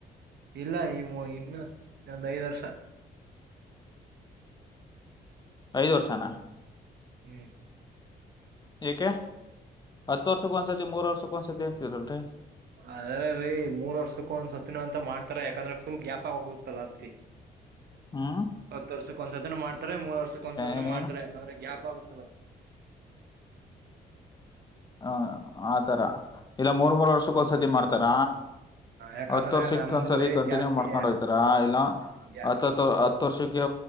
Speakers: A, on the right; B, on the left.
A: ಇಲ್ಲ ಈ ಇನ್ನು ಇದೊಂದು ಐದ್ ವರ್ಷ.
B: ಐದ್ ವರ್ಷಾನ.
A: ಹ್ಮ್.
B: ಏಕೆ ಹತ್ತು ವರ್ಷಕ್ಕ ಒಂದ್ಸತಿ ಮೂರ್ ವರ್ಷಕ್ಕ ಒಂದ್ಸತಿ ಅಂತಿದ್ರಲ್ರಿ.
A: ಅದೇನೇ ರೀ ಮೂರ್ ವರ್ಷಕ್ಕೂ ಒಂದ್ ಸತ್ತಿನ ಅಂತ ಮಾಡ್ತಾರೆ. ಯಾಕಂದ್ರೆ ಫುಲ್ ಗ್ಯಾಪ್ ಆಗ ಹೋಗುತ್ತಲ್ಲ ಅದಕ್ಕೆ.
B: ಹ್ಮ್
A: ಹತ್ತು ವರ್ಷಕ್ಕ ಒಂದ್ಸತನ ಮಾಡ್ತಾರೆ ಮೂರ್ ವರ್ಷಕ್ಕ ಒಂದಸತನ
B: ಏನೇನು
A: ಮಾಡ್ತಾರೆ ಯಾಕಂದ್ರೆ. <inaudible>
B: ಹ ಆತರ ಇಲ್ಲಾ ಮೂರ್ ಮೂರ್ ವರ್ಷಕ್ಕೊಂದ್ಸತಿ
A: ಹ
B: ಮಾಡ್ತಾರ.
A: ಯಾಕಂದ್ರೆ
B: ಹತ್ತು ವರ್ಷಕ್ಕ
A: ನಮ್ಮೂರ್ಲಿ
B: ಒಂದ್ಸರಿ ಕಂಟಿನ್ಯೂ
A: ಜಾಸ್ತಿ
B: ಮಾಡ್ಕೊಂಡ ಹೋಗ್ತಾರ ಇಲ್ಲ.
A: ಜಾ
B: ಹತ್ತ್ ಹತ್ತು ವರ್ಷಕ್ಕೆ